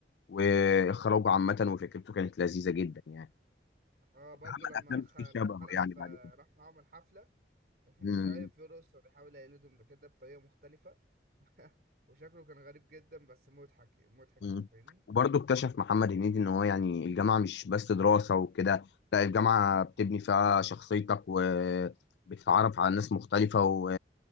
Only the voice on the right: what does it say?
اه برضه
لما
خ...
لما
خلف
آه،
راح معاهم الحفلة <laughs> ومش
عارف يرقص فبيحاول يقلدهم بكده بطريقة مختلفة <laughs> وشكله كان غريب جدا بس مضحك مضحك
انت فاهمني